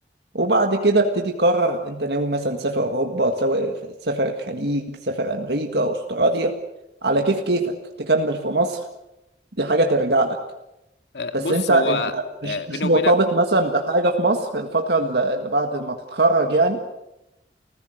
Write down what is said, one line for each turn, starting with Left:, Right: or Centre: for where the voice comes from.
Right: وبعد كده ابتدي قرر انت ناوي مثلا تسافر اوروبا تسافر تسافر الخليج تسافر امريكا استراليا على كيف كيفك تكمل في مصر دي حاجة ترجع لك
Left: آه،
Right: بس
Left: بص
Right: انت انت
Left: هو
Right: مش
Left: آه، بيني
Right: مش
Left: وبينك
Right: مرتبط مثلا بحاجة في مصر الفترة اللي اللي بعد ما تتخرج يعني